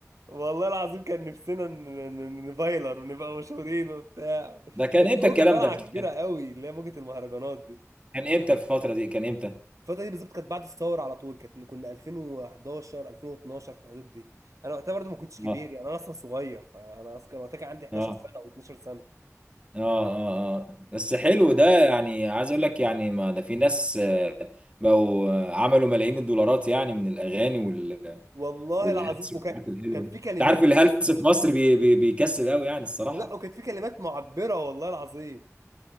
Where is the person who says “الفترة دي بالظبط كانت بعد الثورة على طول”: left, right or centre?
Right